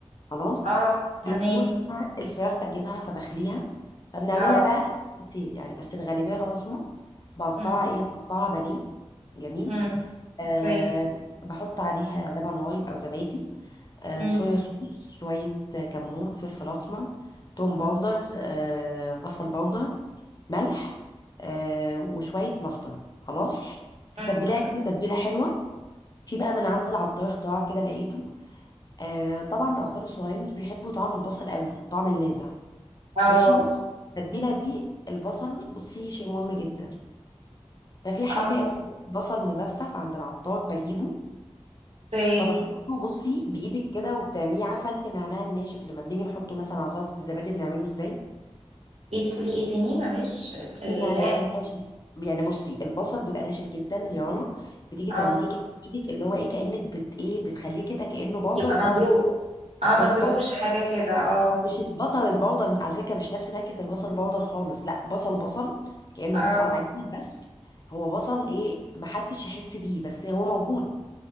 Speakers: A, on the left (about 40°); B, on the right (about 80°).
A: خلاص
B: اه تمام
A: على طول مثلا الفراخ بجيبها فبخليها فبنعملها
B: اه
A: بقى كتير يعني بس الغالبيه العظمى بقطعها
B: مم،
A: ايه بقطعها بانيه جميل
B: مم.
A: أه
B: اوكي
A: بحط عليها لبن رايب او زبادي آه،
B: مم.
A: صويا صوص شوية آه، كمون فلفل أسمر توم باودر
B: اوكي
A: آه، بصل باودر ملح آه، وشوية ماسترد خلاص تتبليها
B: مم، أوكي.
A: كده تتبيلة حلوة في بقى من عند العطار اختراع كده لقيته آه، طبعا الأطفال الصغيرين مش بيحبوا طعم البصل قوي الطعم اللاذع
B: اه
A: ماشي التتبيلة دي البصل بصي شيء مهم جدا ففي حاجة
B: اه ما طب-
A: اسمها بصل مجفف عند العطار بجيبه
B: اوكي
A: فبحطه بصي بايدك كده وبتعملي عارفه انت النعناع الناشف لما بنيجي نحطه مثلا على سلطه الزبادي بنعمله ازاي
B: ايه بتقولي ايه تاني معلش ال-
A: النعناع الناشف يعني بصي البصل بيبقى ناشف جدا يا رنا بتيجي
B: اه
A: تعمليه كده بايدك اللي هو ايه كانك بت ايه بتخليه كده كانه بودر
B: يبقى
A: بس
B: مجروح
A: مش-
B: اه
A: بالظبط
B: مجروش حاجة كده اه
A: مش البصل البودر على فكره مش نفس نكهه البصل بودر خالص لا بصل بصل كانه
B: اه
A: بصل عادي بس هو بصل ايه محدش يحس بيه بس هو موجود